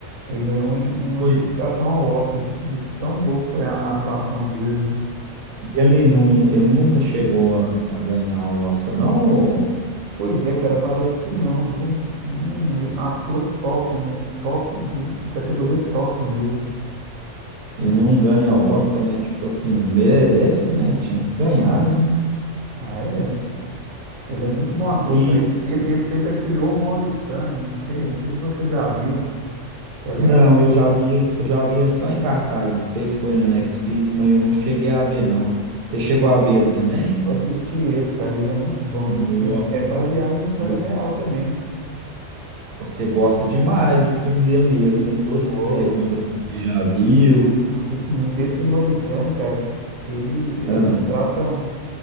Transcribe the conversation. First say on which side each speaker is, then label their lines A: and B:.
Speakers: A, on the right; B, on the right.
A: Ele ganhou uma, in- uma
B: Foi.
A: indicação ao Oscar de, de tão boa que foi a atuação dele, né?
B: E ele, não, ele nunca chegou a, a ganhar o Oscar, não? ou-
A: Pois é, cara, parece que não, viu? E um ator top, né? De top, de, de categoria top mesmo.
B: Ele não ganha Oscar, né? Tipo assim, merece, né? Tinha que ganhar, né?
A: Ah, é? Ele é muito bom ator,
B: e
A: cara. Ele, ele fez aquele O Mauritano, não sei, eu não sei se você já viu. Você lembra?
B: Não, eu já vi, ele- eu já vi ele só em cartaz, não sei se foi na Netflix, mas eu não cheguei a ver, não. Você chegou a ver ele também?
A: Eu assisti esse, cara, ele é muito bom.
B: Não.
A: Esse filme é baseado em história
B: Mas
A: real também.
B: Você gosta demais de filme dele mesmo, hein? Todos
A: Gosto,
B: que perguntam se você já viu.
A: assisto muito. Esse o Mauritânio, cara, ele, ele
B: Ah,
A: retrata,